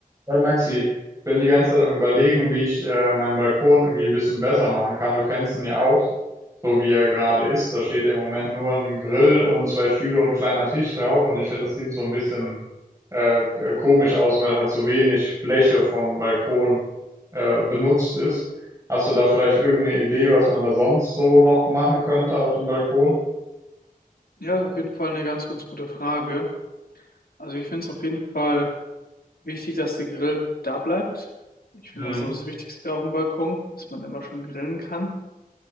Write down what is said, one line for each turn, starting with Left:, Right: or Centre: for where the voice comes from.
Right: Hey Maxi, ich bin die ganze Zeit am Überlegen, wie ich äh, meinen Balkon irgendwie ein bisschen besser machen kann. Du kennst ihn ja auch, so wie er gerade ist. Da steht ja im Moment nur ein Grill und zwei Stühle und ein kleiner Tisch drauf. Und ich finde, das sieht so ein bisschen äh, k- komisch aus, weil halt so wenig Fläche vom Balkon äh, benutzt ist. Hast du da vielleicht irgendeine Idee, was man da sonst so noch machen könnte auf dem Balkon?
Left: Ja, ist auf jeden Fall eine ganz, ganz gute Frage. Also ich finde es auf jeden Fall wichtig, dass der Grill da bleibt. Ich finde
Right: Mhm.
Left: das so das Wichtigste auf dem Balkon, dass man immer schön grillen kann.